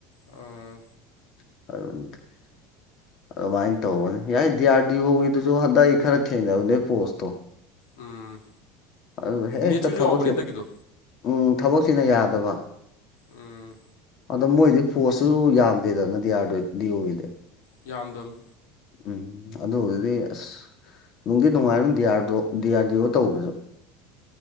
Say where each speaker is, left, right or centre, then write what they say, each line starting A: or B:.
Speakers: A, on the left (about 80°); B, on the left (about 50°).
A: ꯑꯥ
B: <unintelligible> ꯑꯗꯨꯃꯥꯏꯅ ꯇꯧꯕꯅꯦ ꯌꯥꯏ ꯗꯤ ꯑꯥꯔ ꯗꯤ ꯑꯣꯒꯤꯗꯨꯁꯨ ꯍꯟꯗꯛ ꯑꯩ ꯈꯔ ꯊꯦꯡꯅꯕꯅꯦ ꯄꯣꯁꯇꯣ
A: ꯎꯝ
B: ꯑꯗꯨꯒ ꯍꯦꯛꯇ
A: ꯃꯦꯠꯁꯀꯤꯁꯨ
B: ꯊꯕꯛꯁꯦ
A: ꯌꯥꯎꯕꯅꯦ ꯍꯟꯗꯛꯀꯤꯗꯣ
B: ꯎꯝ ꯊꯕꯛꯁꯤꯅ ꯌꯥꯗꯕ
A: ꯎꯝ
B: ꯑꯗꯣ ꯃꯣꯏꯗꯤ ꯄꯣꯁꯁꯨ ꯌꯥꯝꯗꯦꯗꯅ ꯗꯤ ꯌꯥꯔ ꯗꯤ ꯌꯣꯒꯤꯗꯤ
A: ꯌꯥꯝꯗꯝ
B: ꯎꯝ ꯑꯗꯨꯕꯨꯗꯤ ꯑꯁ ꯅꯨꯡꯗꯤ ꯅꯨꯡꯉꯥꯏꯔꯝ ꯗꯤ ꯑꯥꯔꯗꯣ ꯗꯤ ꯑꯥꯔ ꯗꯤ ꯑꯣ ꯇꯧꯕꯖꯨ